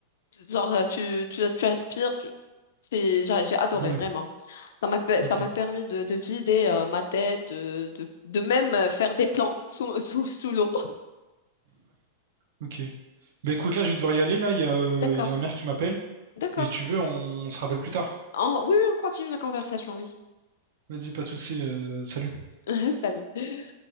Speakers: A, on the left (about 75°); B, on the right (about 60°).
A: Genre, euh, tu, tu, tu inspires, tu... c'est, j'a- j'ai adoré
B: Ouais.
A: vraiment. Ça m'a, pe-
B: Ok,
A: ça m'a permis de, de vider euh, ma tête, de, de, de même euh, faire des plans <laughs> sous, sous, sous l'eau.
B: ok. Bah écoute, là, je vais devoir y aller. Là, il y a, euh,
A: <laughs>
B: il y a ma
A: D'accord,
B: mère qui m'appelle.
A: d'accord.
B: Et si tu veux, on, on se rappelle plus tard.
A: En- oui, oui, on continue la conversation, oui.
B: Vas-y, pas de souci. euh, salut.
A: <laughs> Salut.